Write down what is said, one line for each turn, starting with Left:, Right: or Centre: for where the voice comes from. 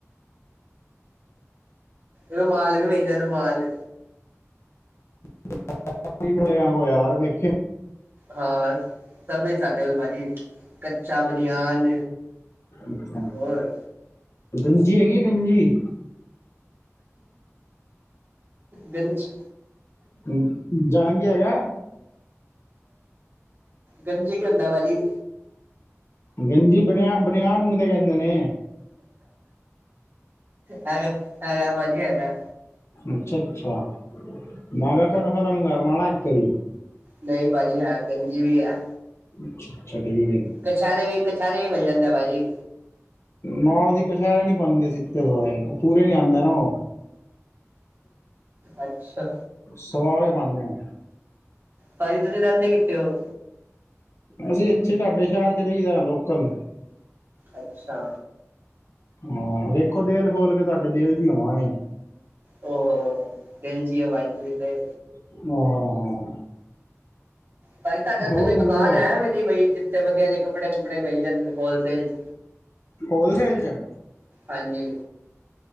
Right: ਰੁਮਾਲ ਵੀ ਵੇਚ ਤਾਂ ਰੁਮਾਲ।
Left: <unintelligible> ਹੋਇਆ ਯਾਰ ਵੇਖੀ।
Right: ਹਾਂ, ਸਭ ਐ ਸਾਡੇ ਕੋਲ, ਭਾਜੀ ਕੱਛਾ ਬਨੀਆਨ।
Left: ਅੱਛਾ
Right: ਹੋਰ।
Left: ਗੰਜੀ ਹੈਗੀ ਏ ਗੰਜੀ।
Right: ਗੰਜ
Left: ਅ ਜਾਗੀ ਹੈਗਾ।
Right: ਗੰਜੀ ਕੀ ਹੁੰਦਾ ਭਾਜੀ।
Left: ਗੰਜੀ ਬਨਿਆ ਬਨਿਆਣ ਨੂੰ ਤਾਂ ਕਹਿੰਦੇ ਨੇ।
Right: ਹੈਗਾ ਹੈਗਾ ਭਾਜੀ ਹੈਗਾ।
Left: ਅੱਛਾ-ਅੱਛਾ, ਮੈਂ ਕਿਹਾ ਕਨਫਰਮ ਕਰਲਾ ਨਾ ਇੱਕ ਵਾਰੀ।
Right: ਨਹੀਂ ਭਾਜੀ ਹੈ ਗੰਜੀ ਵੀ ਐ।
Left: ਅੱਛਾ-ਅੱਛਾ ਠੀਕ। ਹੈ
Right: ਕਛਹਿਰੇ ਵੀ ਕਛਹਿਰੇ ਵੀ ਮਿਲ ਜਾਂਦੇ ਭਾਜੀ।
Left: ਨਾ ਜੀ ਕਛਹਿਰੇ ਨੀ ਪਾਂਦੇ <unintelligible> ਪੂਰੇ ਨੀ ਆਂਦਾ ਨਾ ਓ।
Right: ਅੱਛਾ।
Left: ਸਵਾ ਕੇ ਪਾਉਂਦੇ ਆ
Right: ਭਾਜੀ ਤੁਸੀਂ ਰਹਿੰਦੇ ਕਿੱਥੇ ਓ?
Left: ਅਸੀਂ ਇੱਥੇ ਤੁਹਾਡੇ ਸ਼ਹਿਰ ਚ ਰਹੀਦਾ ਲੋਕਲ।
Right: ਅੱਛਾ।
Left: ਹਾਂ, ਵੇਖੋ ਦਿਲ ਖੋਲ ਕੇ, ਤੁਹਾਡੇ ਦਿਲ ਚ ਈ ਹੋਵਾਂਗੇ।
Right: ਓ ਹੋ ਦਿਲ ਚ ਈ ਓ ਬਾਈ ਤੁਸੀਂ ਤੇ।
Left: ਹਾਂ ਹਾਂ ਹਾਂ।
Right: ਭਾਜੀ ਤੁਹਾਡੇ ਉੱਥੇ
Left: ਹੋ
Right: ਕੋਈ ਦੁਕਾਨ
Left: ਮਨੋ
Right: ਐ, ਐਵੇਂ ਦੀ ਵੀ ਜਿੱਥੇ ਵਧੀਆ, ਜੇ ਕੱਪੜੇ ਕੁੱਪੜੇ ਮਿਲ ਜਾਂਦੇ ਹੋਲਸੇਲ ਚ।
Left: ਹੋਲਸੇਲ ਚ।
Right: ਹਾਂਜੀ।